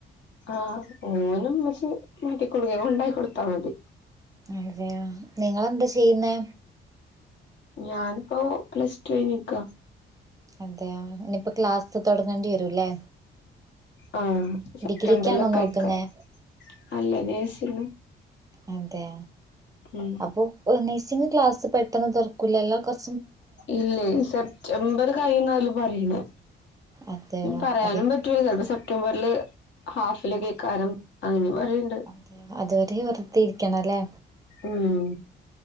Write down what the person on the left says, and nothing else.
ആഹ് ഓനും മ്മെച്ചി മാറ്റികൊടുക്ക കൊണ്ടാക്കി കൊടുത്താൽ മതി
ഞാനിപ്പോ പ്ലസ് ടു കയിഞ്ഞു നിക്ക
ആഹ് സെപ്റ്റംബറിലൊക്കെ
ആയിക്കാ അല്ല ജേസു
ഉം
ഇല്ലെ സെപ്റ്റംബർ കഴിയുന്നാ ഓല് പറയുന്നേ
പറയാനും
പറ്റ ചൽപ്പോ സെപ്റ്റംബറില് ഹാഫില് അയ്ക്കാനും അങ്ങനെ പറണ്ട്
ഉം